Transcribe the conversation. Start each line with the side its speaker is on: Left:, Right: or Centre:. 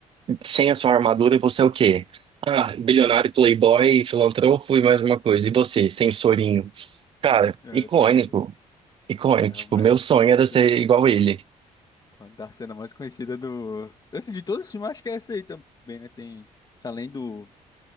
Right: Sem a sua armadura, você é o quê? Ah, bilionário, playboy, filantropo e mais uma coisa. E você, sensorinho? Cara,
Left: É,
Right: icônico.
Left: pois é.
Right: Icônico.
Left: É,
Right: Tipo,
Left: uma,
Right: meu sonho
Left: é um das.
Right: era ser igual ele.
Left: Uma da cena mais conhecida do. Assim, de todos os filmes, acho que é essa aí também, né? Tem. Além do.